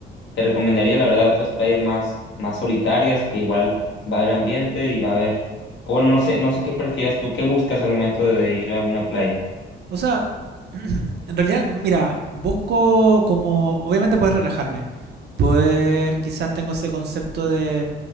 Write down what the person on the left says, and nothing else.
te recomendaría la verdad otras playas más, más solitarias que igual va a haber ambiente y va a haber... o Bueno, no sé, no sé qué prefieras tú, qué buscas al momento de ir a una playa.